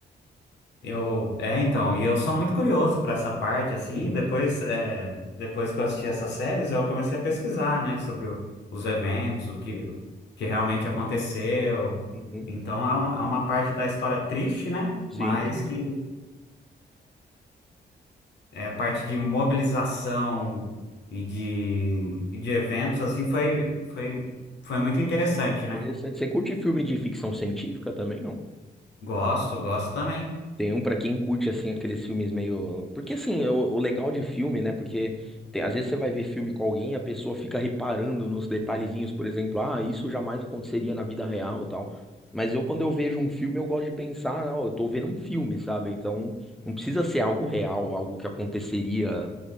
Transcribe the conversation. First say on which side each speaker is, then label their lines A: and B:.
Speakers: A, on the left; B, in the centre.
A: Eu, é, então, e eu sou muito curioso para essa parte, assim,
B: Uhum,
A: depois, é, depois que eu assisti essas séries, eu comecei a pesquisar, né, sobre o- os eventos, o que, o que realmente aconteceu.
B: uhum.
A: Então, é uma, é uma parte da história triste, né,
B: Sim,
A: mas
B: sim.
A: que é a parte de mobilização e de, e de eventos, assim, foi, foi, foi muito interessante, né?
B: Interessante. Você curte filme de ficção científica também, não?
A: Gosto, gosto também.
B: Tem um pra quem curte, assim, aqueles filmes meio. Porque, assim, é o, o legal de filme, né? Porque tem- às vezes você vai ver filme com alguém e a pessoa fica reparando nos detalhezinhos, por exemplo, ah, isso jamais aconteceria na vida real, e tal. Mas eu, quando eu vejo um filme, eu gosto de pensar, não, eu tô vendo um filme, sabe? Então, não precisa ser algo real, algo que aconteceria,